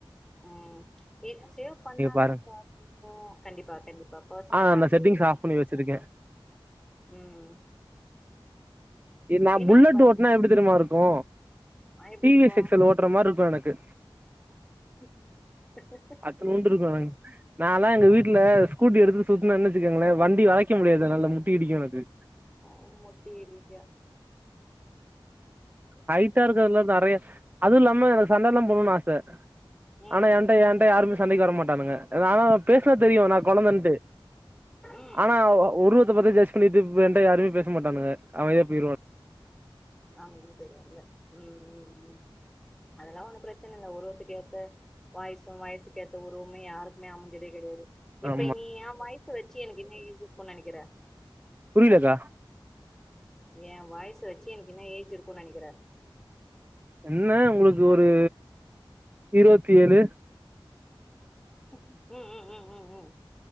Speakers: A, in the centre; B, on the right (about 20°).
A: ம் ஏ சேவ் பண்ணாதா
B: பாருங்க
A: <unintelligible> உ கண்டிப்பா கண்டிப்பா பர்சனலா
B: ஆ
A: அனுபிவிடுங்க
B: நா செட்டிங்ஸ் ஆஃப் பண்ணி வச்சிருக்கே
A: ம்
B: நா
A: இன்னொன்னு
B: புல்லட்
A: பாத்து
B: ஓட்னா எப்டி தெரியுமா இருக்கு
A: ஆ எப்டி
B: டி
A: இருக்கு
B: வி எஸ் எக்ஸ் எல் ஓட்ற மாரி இருக்கு எனக்கு
A: <unintelligible>
B: அத்துன்னுடு இருக்கு <unintelligible> நால்லா எங்க வீட்ல ஸ்கூட்டி எடுத்து சுத்துனனு வச்சுக்கங்ளே வண்டி வளைக்க முடியாது என்னால முட்டி இடிக்கு எனக்கு
A: அவொ மொட்டை அடிக்க
B: ஹைட்டா இருக்குதுல நெறைய அதுவு இல்லாம எனக்கு சண்டல்லா போண்ணுன்னு ஆச
A: ம்
B: ஆனா என்ட
A: ம்
B: ஏன் என்ட யாருமே சண்டைக்கு வர மாட்டானுங்க நா ஆனா பேசனா தெரியு நா கொழந்தைன்ட்டு
A: ம்
B: ஆனா உ உருவத்த பத்தி ஜெட்ஷ்பன்னிட்டு வேண்டா யாருமே பேச மாட்டானுங்க அமைதியா போயிருவா
A: அமைதியா போயிருவாங்கே ம் ம் ம் அதெல்லா ஒன்னு பிரச்சன இல்ல உருவத்துக்கு ஏத்த வய்சு வய்சுக்கேத்த உருவுமே யாருக்குமே அமைஞ்சதே கெடையாது இப்ப
B: ஆமா
A: நீ எ வாய்ஸ்ச வச்சு எனக்கு என்ன ஏஜ் இருக்கு நெனைக்கிற
B: புரியலக்கா
A: எ வாய்ஸ் வச்சு எனக்கு என்ன ஏஜ் இருக்கு நெனைக்கிற
B: என்ன உங்களுக்கு ஒரு இருவத்தேழு
A: ம் ம் ம் ம்